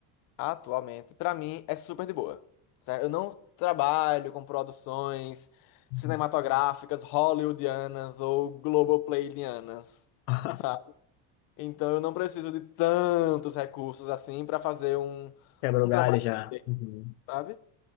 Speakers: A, on the left; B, on the left.
A: atualmente, para mim é super de boa. Certo? Eu não trabalho com produções
B: uhum.
A: cinematográficas hollywoodianas ou globoplayianas,
B: <laughs>
A: <laughs> sabe? Então eu não preciso de tantos recursos assim para fazer um,
B: Quebra
A: um
B: o galho
A: trabalho,
B: já.
A: bem,
B: Uhum.
A: sabe?